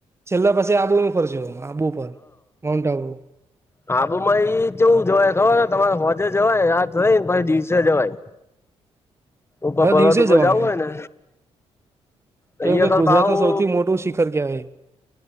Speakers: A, on the right; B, on the left.
A: છેલ્લા પાછી આબુ ન ફરશ આબુ પર માઉન્ટ આબુ
B: હાબ મા એ જોવું જોવાય ખબર તમારે હોજે જવાય રાત રઈ ને પછી દિવસે જવાય ઉભા
A: હવે
B: ભવાતભર
A: દિવસે જવાનું
B: જવું હોય ને ત
A: કેમ
B: અગલ
A: કે ગુજરાતનું
B: ભહુ
A: સૌથી મોટું શિખર કહેવાય